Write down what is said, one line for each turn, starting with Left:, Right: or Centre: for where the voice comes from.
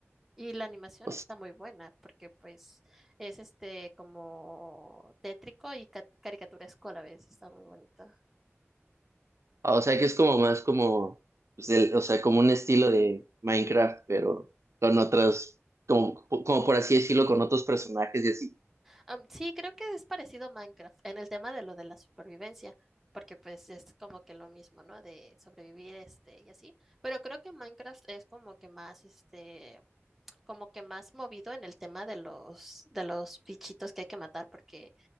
Centre: Y la animación
Right: O s-
Centre: está muy buena porque pues es este como tétrico y ca- caricaturesco a la vez. Está muy bonito.
Right: o sea, que es como más como, pues, del- o sea, como un estilo de Minecraft, pero con otras, como, como por así decirlo, con otros personajes y así.
Centre: Am, sí, creo que es parecido a Minecraft en el tema de lo de la supervivencia, porque pues es como que lo mismo, ¿no? De sobrevivir este y así, pero creo que Minecraft es como que más este como que más movido en el tema de los de los bichitos que hay que matar porque